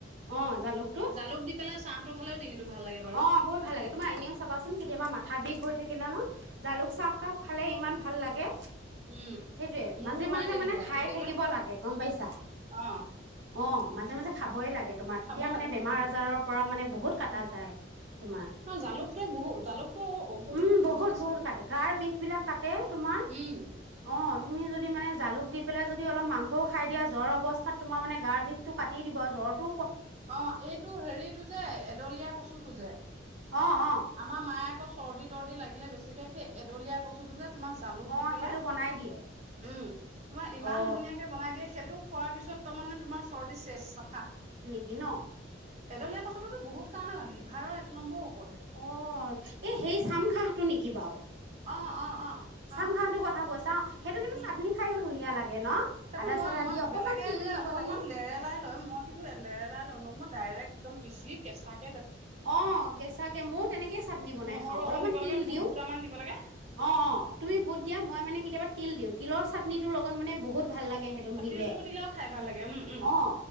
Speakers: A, on the right; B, on the right.
A: অ জালুকটো।
B: জালুক দি পেলাই চাহটো খালেও ডিঙিটো ভাল লাগে বাৰু
A: অ বহুত ভাল লাগে তোমাৰ এনেও চাবাচোন কেতিয়াবা মাথা বিষ থৈ দি কিনা ন? জালুক চাহ একাপ খালে ইমান ভাল লাগে।
B: উম
A: সেইটোয়ে,
B: মোৰো
A: মাজে
B: হয়
A: মাজে
B: তেনেকুৱা
A: মানে খাই
B: কেতিয়াবা
A: থাকিব লাগে গম পাইছা।
B: অ
A: অ মানে। যামজা। খাবই লাগে। মই তোমাক তেতিয়া
B: খাব
A: মানে
B: লাগে
A: বেমাৰ
B: খাব লাগে
A: আজাৰৰ পৰা মানে বহুত কাটা
B: উম
A: যায়, তোমাৰ।
B: ন জালুকটো বহুত জালুকটো ঔষধি
A: উম
B: গুণ
A: বহুত
B: আছেতো
A: বহুত কাটে। গাৰ বিষবিলাক কাতে তোমাৰ।
B: উম
A: অ', তুমি যদি মানে জালুক দি পেলাই যদি অলপ মাংসও খাই দিয়া জ্বৰ অৱস্থাত তোমাৰ মানে গাৰ বিষটো কাটি কাটি দিব জ্বৰটো
B: অ', এইটো হেৰিটো যে এদলীয়া কচুটো যে,
A: অ অ
B: আমাৰ মায়ে আকৌ চৰ্দি-তৰ্দি লাগিলে বেছিকে সেই এদলীয়া কচুটো যে তোমাক জালুক
A: অ
B: দি পেলাই,
A: সেইটো বনাই দিয়ে
B: উম তোমাক ইমান
A: অ
B: ধুনীয়াকে বনাই দিয়ে সেইটো খোৱাৰ পিছত তাৰমানে তোমাৰ চৰ্দি চেচ চাফা
A: গিন্
B: এদলীয়া কচুটোতো বহুত কাৰণে ভাল লিভাৰৰ এক নম্বৰ ঔ
A: অ', এ সেই চাম খা টো নেকি বাৰু
B: অ', অ', অ'
A: চাম
B: অ
A: <unintelligible> টো কথা কৈছা সেইটো কিন্তু
B: উম
A: চাটনি খায়ো ধুনীয়া লাগে। ন
B: সেইটো
A: আদা
B: মই
A: চাদা
B: মই
A: দি অকণমান
B: বেলেগে
A: তিল
B: বোলে
A: দিব
B: অকনমান
A: লাগে
B: লেৰেলাই লৈ মই কিন্তু লেৰেলাই লওঁ ম ডাইৰেক্ট একদম পিচি কেঁচা
A: অ', কেঁচাকে ময়ো তেনেকেই চাটনি বনাই
B: নহৰু
A: খাওঁ।
B: অকণ
A: অলপমান
B: দিব
A: তিল
B: লাগে বুট
A: দিওঁ,
B: দুটামান দিব লাগে
A: অ', অ', তুমি বুট দিয়া মই মানে কেতিয়াবা তিল দিওঁ। তিলৰ চাটনিটোৰ লগত মানে বহুত ভাল লাগে। গে সেইটো মিলে।
B: তিলটো দিলেও খাই ভাল লাগে উম উম
A: অ',